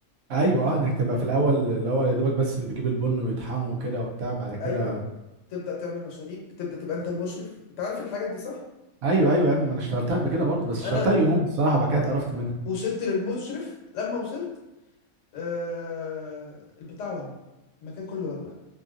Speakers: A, on the right; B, on the left.
A: ايوه اه انك تبقى في الاول اللي هو يا دوبك بس اللي بيجيب البن ويطحنه وكده وبتاع بعد كده
B: ايوه تبدا تعمل مشاريب تبدا تبقى انت المشرف انت عارف الحاجات دي صح
A: ايوه ايوه يا ابني ما انا اشتغلتها قبل كده برضه بس اشتغلتها
B: انا
A: يوم الصراحه بعد كده اتقرفت منها
B: وصلت للمشرف لما وصلت آه البتاع ولع المكان كله ولع